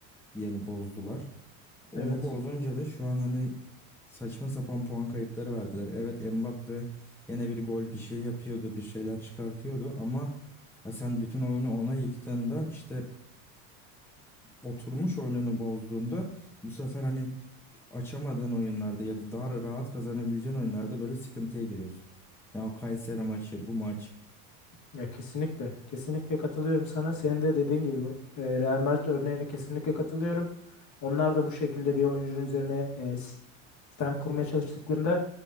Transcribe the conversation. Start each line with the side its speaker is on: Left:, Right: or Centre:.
Centre: yani bozdular. Onu
Left: evet
Centre: bozunca da şu an hani saçma sapan puan kayıpları verdiler. Evet Mbappe yine bir gol bir şey yapıyordu, bir şeyler çıkartıyordu ama ya sen bütün oyunu ona yıktığında işte oturmuş oyununu bozduğunda bu sefer hani açamadığın oyunlarda ya da daha rahat kazanabileceğin oyunlarda böyle sıkıntıya giriyorsun. Ya o Kayseri maçı, bu maç.
Left: ya kesinlikle kesinlikle katılıyorum sana. Senin de dediğin gibi bu, e, Real Madrid örneğine kesinlikle katılıyorum. Onlar da bu şekilde bir oyuncunun üzerine e, sistem kurmaya çalıştıklarında